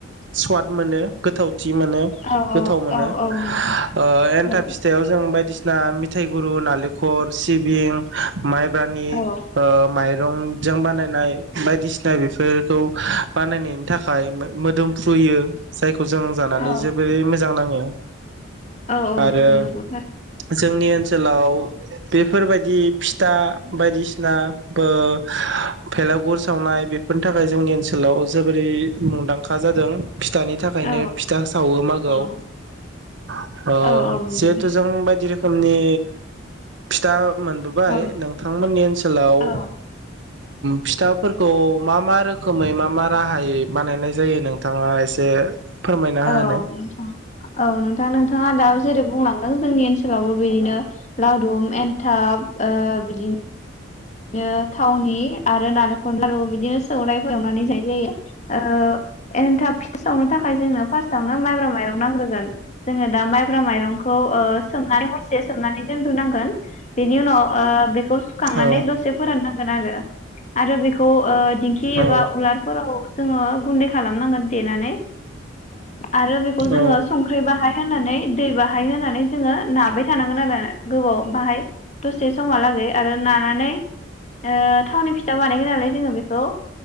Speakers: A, on the right; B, on the left.
A: सवाद मोनो गोथाव मोनो
B: औ
A: गोथाव मोनो
B: औ औ नंगौ
A: ओ एन्थाव
B: औ
A: फिथायाव जों बायदिसिना बिना मिथाय‌ गुरु नारेंखल सिबिं माइब्रानि
B: औ
A: ओ माइ माइरंजों बानायनाय बायदिसिना बेफोरखौ बानायनायनि थाखाय मोदोमफ्रुयो जाय जों जानानै
B: औ
A: जोबोरै मोजां नाङो
B: औ औ
A: आरो
B: नोंथां नंगौथार
A: जोंनि ओनसोलाव बेफोरबायदि फिथा बायदिसिना बेलागुर सावनाय बेफोरनि थाखाय जोंनि ओनसोलाव जोबोरै मुंदांखा जादों फिथानि थाखायनो
B: औ
A: फिथा सावो मागोआव
B: औ
A: <unintelligible> अ
B: औ औ नंगौ
A: जिहेथु जों बाय रोखोमनि फिथा मोनबोबाय
B: औ
A: नोंथांमोननि ओनसोलाव
B: औ
A: फिथाफोरखौ मा मा रोखोमै मा मा राहायै बानायनाय जायो नोंथाङा एसे फोरमायना
B: औ
A: होनाय
B: नोंथां औ नोंथां नोंथाङा दा जेरै बुंलांदों जोंनि ओनसोलावबो बिदिनो लादुम एन्थाब ओ बिदिनो बेयो थावनि आरो नालेंखर लारु बिदिनो सौनायफोर एवनानै जाय जायो ओ एनथाब फिथा सावनो थाखाय जोंनो फार्स्टआवनो माइब्रा माइरं नांग्रोगोन जोङो दा माइब माइरंखौ ओ सोमनानै हरसे दोनग्रो नांगोन बेनि उनाव ओ बेखौ सुखांनानै
A: औ
B: दसे नांगोन आरो आरो बेखौ दिंखि
A: औ
B: एबा उलारफोराव जोङो गुन्दैखौ खालामनांगोन देनानै आरो बेखौ जोङो
A: औ
B: संख्रि बाहाय होनानै दै बाहाय होनानै जोङो नाबाय थानांगोन आरो गोबाव बाहाय दसे समाहालागै आरो नानानै ओ थावनि फिथा बानायगोन नालाय जोङो बेखौ